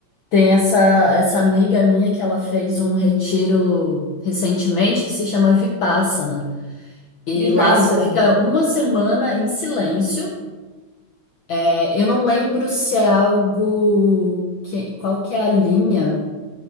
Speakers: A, on the left; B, on the right.
A: tem essa, essa amiga minha que ela fez um retiro recentemente que se chama Vipassana. E
B: Me passa,
A: lá você
B: não.
A: fica uma semana em silêncio. É, eu não lembro se é algo que, qual que é a linha,